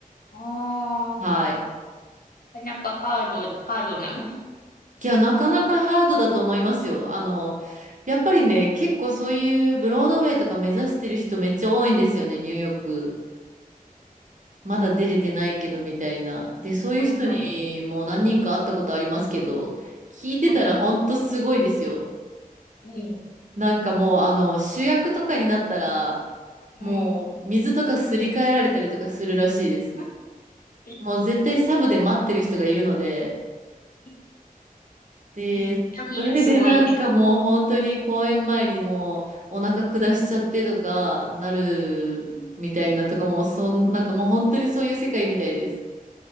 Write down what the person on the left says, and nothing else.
ああ
なかなかハード、ハードな。
はい、はい、
はい。ええ
はい。ま、え、
え、
痛みがすごいね。
ええ